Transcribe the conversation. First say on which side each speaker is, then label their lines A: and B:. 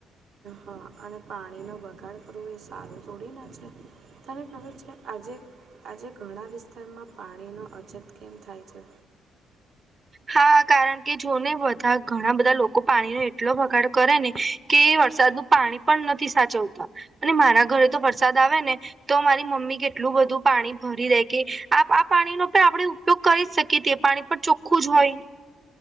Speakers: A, on the right; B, on the right.
A: હા અને પાણીનો બગાડ કરવો એ સારું તોડી ના છે. તને ખબર છે, આજે આજે ઘણા વિસ્તારમાં પાણીનો અછત કેમ થાય છે?
B: હા કારણ કે જો ને બધા ઘણા બધા લોકો પાણી ન એટલો બગાડ કરે ને કે વરસાદનું પાણી પણ નથી સાચવતા અને મારા ઘરે તો વરસાદ આવે ને તો મારી મમ્મી કેટલું બધું પાણી ભરી દે કે આ આ પાણી ન પણ આપણે ઉપયોગ કરી શકીએ તે પાણી પણ ચોખ્ખું જ હોય